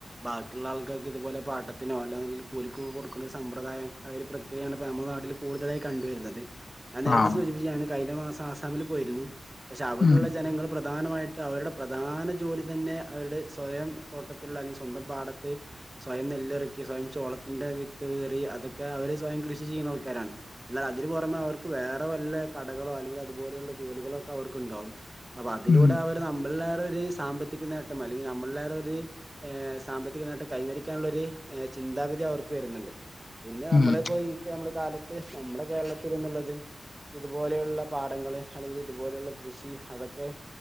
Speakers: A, on the right; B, on the left.
A: ബാക്കിയുള്ള ആൾക്കാർക്ക് ഇത് പോലെ പാട്ടത്തിനു അല്ലെങ്കിൽ കൂലിക്ക് കൊടുക്കുന്ന ഒരു സമ്പ്രദായം അ ഒരു പ്രക്രിയാണ് ഇപ്പോൾ നമ്മുടെ നാട്ടില് കൂടുതലായി കണ്ടുവരുന്നത് ഞാൻ നേരത്തെ
B: ആഹ്
A: സൂചിപ്പിച്ചത് കഴിഞ്ഞ മാസം ആസാമിൽ പോയിരുന്നു. പക്ഷെ അവിടെയുള്ള
B: ഉം
A: ജനങ്ങൾ പ്രത്യേകിച്ച് പ്രധാനമായിട്ട് അവരുടെ പ്രധാന ജോലി തന്നെ അവരുടെ സ്വയം തോട്ടത്തിലുള്ള അല്ലെങ്കിൽ സ്വന്തം പാടത്ത് സ്വയം നെല്ലിറക്കി സ്വയം ചോളത്തിന്റെ വിത്ത് വിതറി അതൊക്കെ അവർ സ്വയം കൃഷി ചെയ്യുന്ന ആൾക്കാരാണ്. അതിന് പുറമെ അവർക്ക് വേറെ വല്ല കടകളോ അല്ലെങ്കിൽ അതുപോലെയുള്ള ജോലികളോക്കെ അവർക്കുണ്ടാകും. അവ അതിലൂടെ
B: ഉം
A: അവർ നമ്മളിലെ സാമ്പത്തിക നേട്ടം അല്ലെങ്കിൽ നമ്മളേ സാമ്പത്തിക നേട്ടം കൈവരിക്കാനുള്ള ഒരു ചിന്താഗതിഅവർക്ക് വരുന്നുണ്ട് പിന്നെ നമ്മള
B: ഉം
A: പോയി ഇപ്പോൾ നമ്മുടെ കാലത്ത് നമ്മുടെ കേരളത്തിൽന്നുള്ളത് ഇതുപോലെയുള്ള പാടങ്ങൾ അല്ലെങ്കിൽ ഇതുപോലെയുള്ള കൃഷി അതൊക്കെ